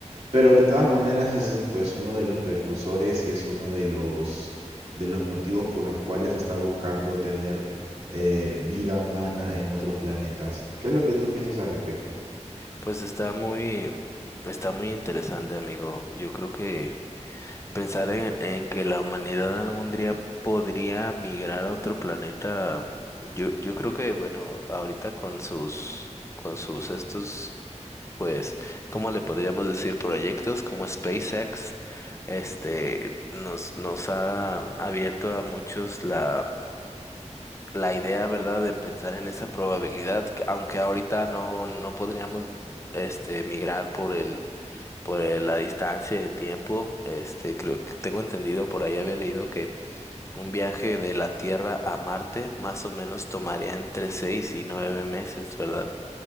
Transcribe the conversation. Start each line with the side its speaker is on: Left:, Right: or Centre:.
Right: Pero de todas maneras ese es pues uno de los precursores y es uno de los de los motivos por los cuales se está buscando tener eh, vida humana en otros planetas. ¿Qué es lo que tú piensas al respecto?
Left: Pues está muy, está muy interesante amigo. Yo creo que pensar en, en que la humanidad algún día podría migrar a otro planeta, yo, yo creo que bueno, ahorita con sus, con sus estos, pues, ¿cómo le podríamos decir? Proyectos como SpaceX, este, nos, nos ha abierto a muchos la la idea, ¿verdad?, de pensar en esa probabilidad, que aunque ahorita no, no podríamos este, migrar por el, por el- la distancia y el tiempo, este, creo que tengo entendido, por ahí había leído que un viaje de la Tierra a Marte más o menos tomaría entre seis y nueve meses, ¿verdad?